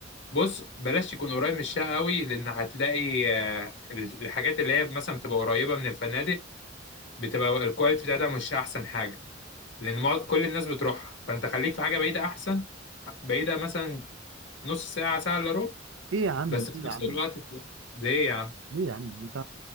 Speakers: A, on the left (about 65°); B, on the right (about 75°).
A: بص بلاش يكون قريب من الشقه قوي لان هتلاقي آه، الحاجات اللي هي مثلا بتبقى قريبه من الفنادق بتبقى الكواليتي بتاعتها مش احسن حاجه لان معظم- كل الناس بتروحها فانت خليك في حاجه بعيده احسن بعيده مثلا نص ساعه ساعه الا ربع
B: ايه يا عم
A: بس في
B: ايه
A: نفس
B: يا عم
A: الوقت ليه يا عم
B: ليه يا عم انت